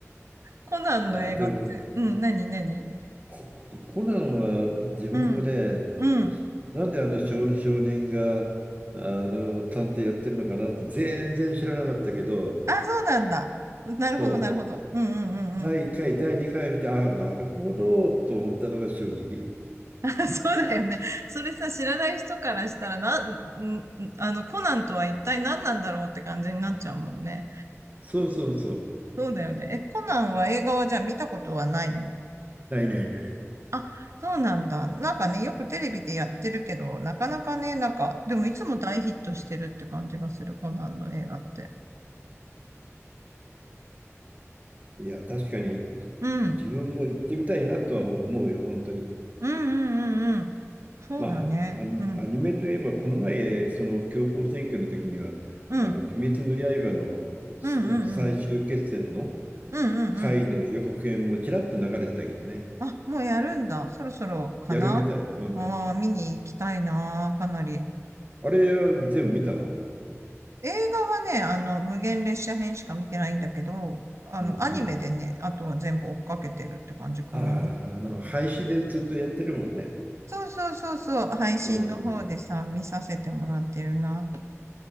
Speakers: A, on the right; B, on the right.
A: コナンの映画って、
B: あ、でも、
A: うん、何何
B: コココナンは自分もね、
A: うん、うん。
B: なんであの少、少年があの探偵やってるのかなって全然知らなかったけど、
A: あ、そうなんだ。なるほど、
B: そう、
A: なるほど。うんうんうんうん。
B: 第1回、第2回見て、ああ、なるほどと思ったのが正直。
A: <laughs> そうだよね。それさ、知らない人からしたら、な、ん、んあの、コナンとは一体何なんだろうって感じになっちゃうもんね。
B: そうそうそう。
A: そうだよね。え、コナンは映画はじゃあ見たことはないの
B: ないないない。
A: あ、そうなんだ。なんかね、よくテレビでやってるけど、なかなかね、なんか、でもいつも大ヒットしてるって感じがする、コナンの映画って。
B: いや、確かに自分も行ってみたいなとは思うよ、
A: うん。
B: 本当に。
A: うんうんうんうん。そうだね。
B: まあ、アニ、
A: うん。
B: アニメといえば、この前、その強行選挙の時には、
A: うん。
B: あの、鬼滅の刃のさ最終決戦の
A: うんうんうん。うんうんうん。
B: 回の予告編もちらっと流れてたけどね。
A: あ、もうやるんだ。そろそろかなああ見に行きたいな、
B: やるみたい。うん。
A: かなり。
B: あれは全部見たの
A: 映画はね、あの、無限列車編しか見てないんだけど、あの、
B: うんうん。
A: アニメでね、あとは全部追っかけてるって感じかな。
B: ああ、あの、配信でずっとやってるもんね。
A: そうそうそうそう、配信の方でさ、
B: うんうん。
A: 見させてもらってるな。